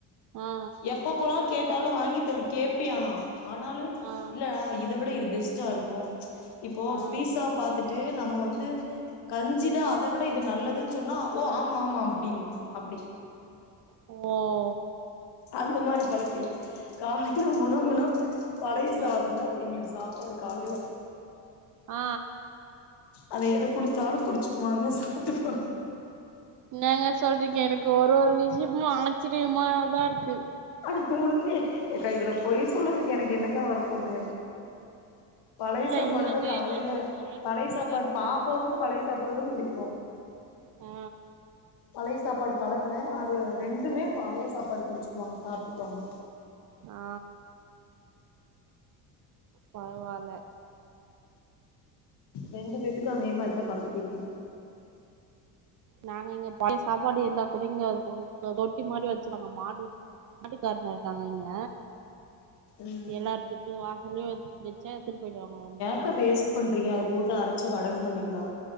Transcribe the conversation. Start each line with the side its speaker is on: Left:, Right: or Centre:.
Right: ஆ
Left: எப்போ போலான் கேட்டாலு வாங்கி தர கேப்பியா ஆனா ஆனாலு
Right: ஆ ஆ
Left: இல்லடா இத விட இது பெஸ் டா இருக்கு இப்போ
Right: ஆ
Left: பீஸாவ பாத்துட்டு நம்ம வந்து கஞ்சிதா அத விட இது நல்லதுன் சொன்னா ஓ ஆமாம்மா அப்டின்பா அப்டி
Right: ஓ
Left: அந்த மாரி பழக்கிறுவோ காலைல உணவுனா பழைய சாதந்தா
Right: ம்
Left: எங்களுக்கு சாப்பாடு காலைல
Right: ஆ
Left: அத எது குடுத்தாலு குடிச்சுக்குவாங்க சாப்ட்டுக்குவாங்க
Right: இன்னங்க சொல்றீங்க எனக்கு ஒரு ஒரு விஷ்யமு ஆச்சிரியமாதா இருக்கு
Left: ஆனா உண்மை எக்கா இதுல பொய் சொல்றதுக்கு எனக்கு என்னக்கா வரப்போது பழைய
Right: இல்ல
Left: சாப்பாடு
Right: இந்த
Left: இருந்தா
Right: மாரி
Left: காலைல
Right: நானு ஆச்சரியமாதா
Left: பழைய சாப்பாடு
Right: இருக்கு
Left: பாப்பாவுமே
Right: எனக்கு
Left: பழைய சாப்பாடு தா குடிக்கு
Right: ஆ
Left: பழைய சாப்பாடு பழக்குனே அதுல ரெண்டுமே பழைய சாப்பாடு குடிச்சுக்குவாங்க சாப்ட்டுக்குவாங்க
Right: ஆ பரவால்ல
Left: ரெண்டு பேத்துக்கு அதே மாரிதா பழக்கிருக்கே
Right: நாங்க இங்க பழைய சாப்பாடு இருந்தா கூட இங்க ஒரு க தொட்டி மாரி வெச்சிருகாங்க மாடு மாட்டுக்காருங்க இருக்காங்க இங்க
Left: ம்
Right: எல்லாரு வீடு வாசல்லயு வச் வெச்சா எடுத்துட்டு போயி்டுவாங்க வந்து
Left: க்கா வேஸ்ட் பண்றீங்க அத போட்டு அரைச்சு வடகம் பண்ணிக்கலா